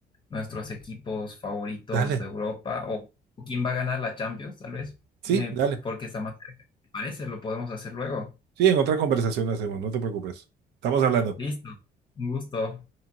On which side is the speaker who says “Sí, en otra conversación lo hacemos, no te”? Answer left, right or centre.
Right